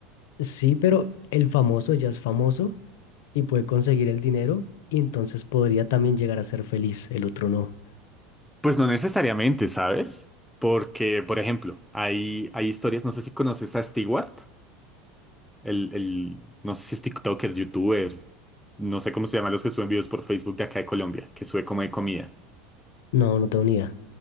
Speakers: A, on the left (about 70°); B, in the centre.
A: Sí, pero el famoso ya es famoso y puede conseguir el dinero y entonces podría también llegar a ser feliz. El otro no.
B: Pues no necesariamente, ¿sabes? Porque, por ejemplo, hay, hay historias, no sé si conoces a Stewart, el, el, no sé si es TikToker, YouTuber, no sé cómo se llaman los que suben videos por Facebook de acá de Colombia, que sube como de comida,
A: No, no tengo ni idea.